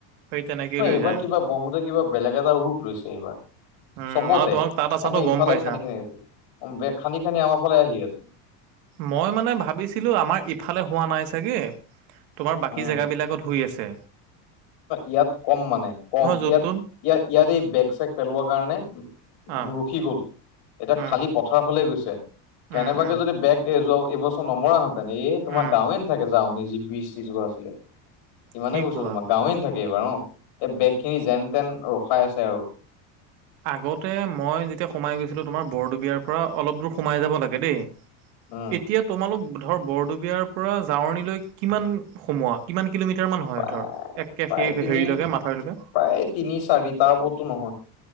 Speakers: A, on the right; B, on the left.
A: সেই তেনেকেই
B: ম
A: লৈ
B: এইবাৰ
A: যায়।
B: কিবা ব্ৰহ্মপুত্ৰ কিবা বেলেগ এটা ৰূপ লৈছে এইবাৰ।
A: উম,
B: চবতে
A: মানে তোমালোক তাত আছাতো
B: আমি ইফালে
A: গম পাইছা।
B: খান্দি খান্দি আছো খান্দি খান্দি আমাৰ ফালে আহি আছো।
A: মই মানে ভাবিছিলো আমাৰ ইফালে হোৱা নাই চাগে তোমাৰ বাকী
B: উম
A: জেগাবিলাকত হৈ আছ তে
B: ইয়াত কম মানে কম,
A: য'ত
B: ইয়াত
A: ত'ত
B: ইয়াত ইয়াত এই বেগ চেগ পেলোৱা কাৰণে, উ
A: আহ
B: ৰখি গল এতিয়া
A: উম
B: খালি পথাৰ ফালে গৈছে। কেনেবাকে
A: উম উম
B: যদি বেগ এ যোৱা এইবছৰ নমৰা হ ানে এই তোমাৰ
A: উম
B: গাঁৱে থাকে যাওঁ নিনি বিজ চিজ ৰোৱা আছিলে। ইমানেই
A: কি
B: কৈছো
A: কোৱা
B: তোমাক। গাৱেন থাকে বাৰ অ', এই বেগ খিনি যেন তেন ৰখ পাই আছে আৰু।
A: আগতে মই যেতিয়া সোমাই গৈছিলোঁ, তোমাৰ বৰদবীয়াৰ পৰা অলপ দূৰ সোমাই যাব লাগে দেই।
B: উম
A: এতিয়া তোমালোক ধৰ বৰদবীয়াৰ পৰা জাৱনীলৈ কিমান সোমোৱা? কিমান কিলোমিটাৰ মান হয়
B: প্ৰায়,
A: ধৰ একে
B: প্ৰায়
A: সেই
B: তিনি
A: হেৰিলৈকে মাথাউৰিলৈকে
B: প্ৰায় তিনি চাৰি তাৰ ওপৰতো নহয়।